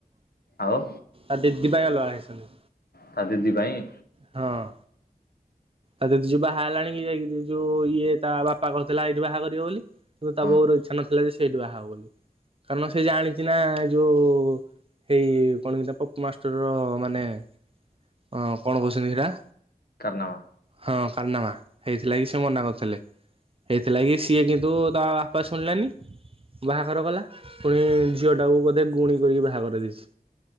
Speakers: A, on the left (about 85°); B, on the right (about 35°).
A: ଆଉ
B: ଆ ଦିିଦି ପାଇଁ ଅଲଗା ହେଇଛନ୍ତି।
A: ତା ଦିଦି ପାଇଁ?
B: ହଁ। ଆଉ ଦିଦି ଯୋଉ ବାହା ହେଲାଣି କି ଯାଇକି ଯୋଉ ଇଏ ତା ବାପା କହୁଥିଲା ଏଇଠି ବାହା କରିବ ବୋଲି। କିନ୍ତୁ ତା
A: ହଁ
B: ବୋଉର ଇଚ୍ଛା ନଥିଲା ଯେ ସେଇଠୁ ବାହାହବ ବୋଲି କାରଣ ସେ ଜାଣିଚି ନା ଯୋଉ ଏଇ କଣ କି ସେଆ ପପୁମାଷ୍ଟର ର ମାନେ ଅ କଣ କହୁଛନ୍ତି ଇରା
A: କାରନାମା।
B: ହଁ କାରନାମା ହେଇଥିଲାଗି ସେ ମନା କରିଥିଲେ। ହେଇଥିଲାଗି ସିଏ କିନ୍ତୁ ତା ବାପା ଶୁଣିଲାନି‌। ବାହାଘର କଲା ପୁଣି ଝିଅଟାକୁ ବୋଧେ ଗୁଣି କରିକି ବାହାଘର ଦେଇଛି।